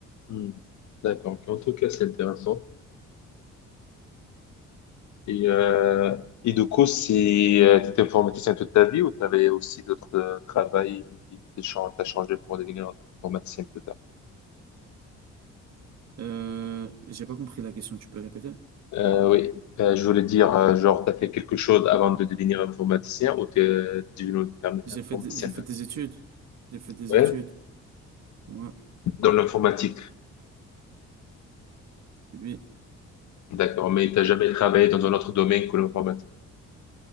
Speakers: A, on the left; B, on the right.
A: Hmm. D'accord. En tout cas, c'est intéressant. Et, euh, et du coup, si euh, tu étais informaticien toute ta vie ou tu avais aussi d'autres euh, travails et t'es chan- t'as changé pour devenir informaticien plus tard?
B: Euh, j'ai pas compris la question, tu peux répéter?
A: Euh, oui, Euh, je voulais dire, euh, genre, tu as fait quelque chose avant de devenir informaticien ou tu es devenu inform-
B: J'ai
A: informaticien
B: fait, des- j'ai
A: dans-
B: fait des études. J'ai fait des
A: ouais,
B: études. Ouais.
A: dans l'informatique.
B: Oui.
A: D'accord, mais tu n'as jamais travaillé dans un autre domaine que l'informatique.